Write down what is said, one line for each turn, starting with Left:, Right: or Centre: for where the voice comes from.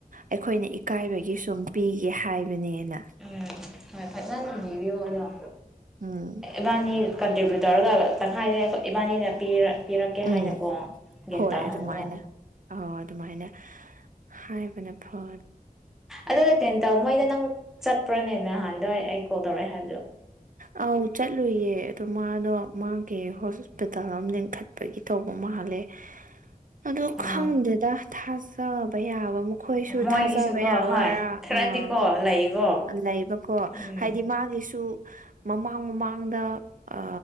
Right: ꯑꯩꯈꯣꯏꯅ ꯑꯀꯥꯏꯕꯒꯤ ꯁꯨꯝ ꯄꯤꯒꯦ ꯍꯥꯏꯕꯅꯦꯅ
Centre: ꯎꯝ ꯍꯣꯏ ꯐꯖꯅ ꯂꯤꯕꯤꯌꯣ ꯑꯗꯣ
Right: ꯎꯝ
Centre: ꯏꯕꯥꯅꯤ ꯀꯟꯇ꯭ꯔꯤꯕ꯭ꯌꯨꯠ ꯇꯧꯔꯒ ꯇꯪꯈꯥꯏꯗꯦ ꯑꯩꯈꯣꯏ ꯏꯕꯥꯅꯤꯅ ꯄꯤꯔ ꯄꯤꯔꯛꯀꯦ ꯍꯥꯏꯅꯀꯣ
Right: ꯎꯝ
Centre: ꯒ꯭ꯌꯥꯟ
Right: ꯍꯣꯏ
Centre: ꯇꯥꯍꯜꯂꯒ
Right: ꯑꯗꯨꯃꯥꯏꯅ ꯑꯧ ꯑꯗꯨꯃꯥꯏꯅ ꯍꯥꯏꯕꯅ ꯐ
Centre: ꯑꯗꯗꯠꯇ ꯑꯦ ꯇ ꯃꯣꯏꯗ ꯅꯪ ꯆꯠꯄ꯭ꯔꯅꯦ ꯅꯍꯥꯟꯗꯋꯥꯏ ꯑꯩ ꯀꯣꯜ ꯇꯧꯔꯛꯑꯦ ꯍꯥꯏꯕꯗꯣ
Right: ꯑꯧ ꯆꯠꯂꯨꯌꯦ ꯑꯗꯨ ꯃꯥꯗꯣ ꯃꯥꯒꯤ ꯍꯣꯁꯄꯤꯇꯥꯜ ꯑꯃ ꯂꯤꯡꯈꯠꯄꯒꯤ ꯇꯧꯕ ꯃꯥꯜꯂꯦ ꯑꯗꯣ
Centre: ꯑ
Right: ꯈꯪꯗꯦꯗ ꯊꯥꯁꯕꯩꯕꯨ ꯑꯩꯈꯣꯏꯁꯨ
Centre: ꯃꯣꯏꯒꯤꯁꯨꯀꯣ
Right: ꯊꯥꯖꯕ ꯌꯥꯕꯔꯥ
Centre: ꯍꯣꯏ ꯈꯔꯗꯤꯀꯣ
Right: ꯑꯥ
Centre: ꯂꯩꯀꯣ
Right: ꯂꯩꯕꯀꯣ
Centre: ꯎꯝ
Right: ꯍꯥꯏꯗꯤ ꯃꯥꯒꯤꯁꯨ ꯃꯃꯥꯡ ꯃꯃꯥꯡꯗ ꯑ